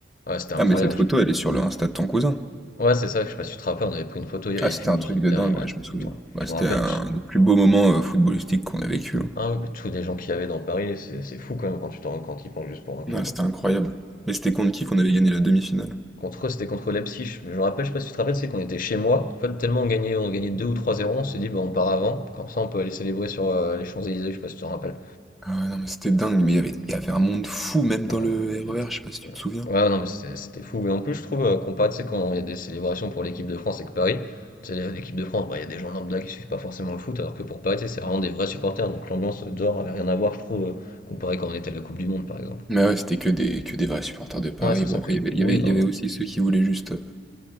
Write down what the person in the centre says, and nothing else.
Ah mais cette photo,
elle est sur le Insta de ton cousin.
Ah c'était
un truc de
dingue,
ouais, je
me souviens.
Bah,
c'était
un
des plus beaux moments euh, footballistiques qu'on a vécu. hein.
Ah, c'était
incroyable. Mais c'était contre qui qu'on avait gagné la demi-finale?
Ah ouais, non mais c'était dingue, mais il y avait... il y avait un monde fou même dans
le
RER,
je sais pas si tu te souviens.
Mais ouais, c'était que des... que des vrais supporters de Paris.
Bon
après,
il y avait... il
y avait... il
y avait aussi ceux qui voulaient juste... euh,